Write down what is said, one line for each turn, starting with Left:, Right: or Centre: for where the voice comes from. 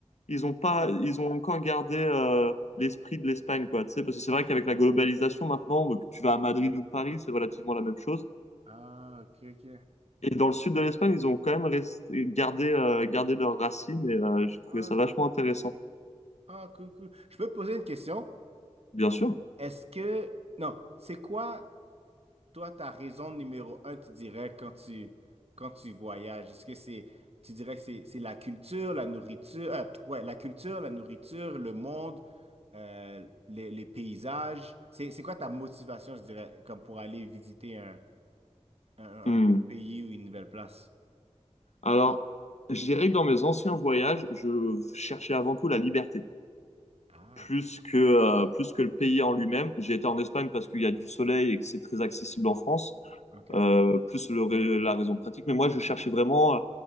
Left: Ils ont pas, ils ont encore gardé euh, l'esprit de l'Espagne, quoi. Tu sais, parce que c'est vrai qu'avec la globalisation maintenant, que tu vas à Madrid ou Paris, c'est relativement la même chose.
Right: Ah, ok, ok.
Left: Et dans le sud de l'Espagne, ils ont quand même resté, gardé, euh, gardé leurs racines et euh, j'ai trouvé
Right: Ah,
Left: ça vachement
Right: cool.
Left: intéressant.
Right: Ah, cool, cool. Je peux te poser une question?
Left: Bien sûr.
Right: Est-ce que... Non, c'est quoi, toi, ta raison numéro un, tu dirais, quand tu, quand tu voyages? Est-ce que c'est... Tu dirais que c'est c'est la culture, la nourriture... euh, ouais, la culture, la nourriture, le monde, euh, les, les paysages. C'est c'est quoi ta motivation, je dirais, comme pour aller visiter un, un,
Left: Hmm.
Right: un pays ou une nouvelle place?
Left: Alors, je dirais que dans mes anciens voyages, je cherchais avant tout la liberté,
Right: Ah,
Left: plus
Right: OK.
Left: que, euh, plus que le pays en lui-même. J'ai été en Espagne parce qu'il y a du soleil et que c'est très accessible en France,
Right: OK.
Left: euh, plus le, ré- la raison pratique. Mais moi, je cherchais vraiment euh,